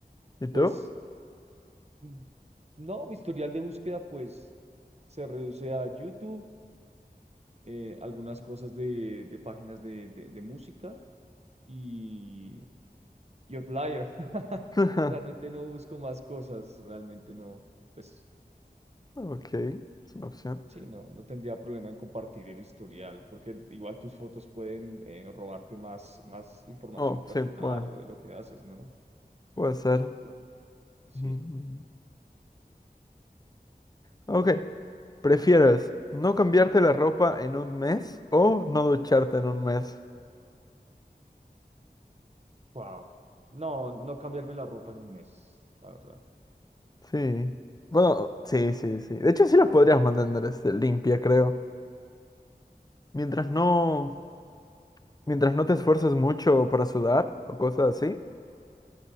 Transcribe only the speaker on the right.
Pues mm, no, mi historial de búsqueda pues se reduce a YouTube, eh, algunas cosas de, de páginas de, de, de música y, y Outlier. <laughs>
Realmente no busco más cosas, realmente no, pues
sí, no, no tendría problema en compartir el historial, porque igual tus fotos pueden eh, robarte más, más información
personal
o de lo que haces, ¿no?
Bu- Sí.
Wow. No, no cambiarme la ropa en un mes, la verdad.